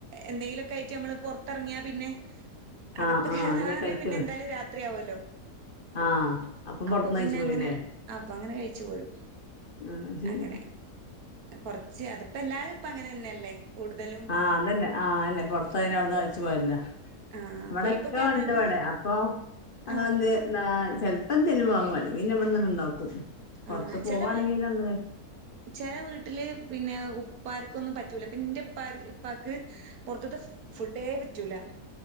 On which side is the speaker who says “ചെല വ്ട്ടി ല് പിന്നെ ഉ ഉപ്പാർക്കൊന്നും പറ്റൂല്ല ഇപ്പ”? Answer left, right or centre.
Right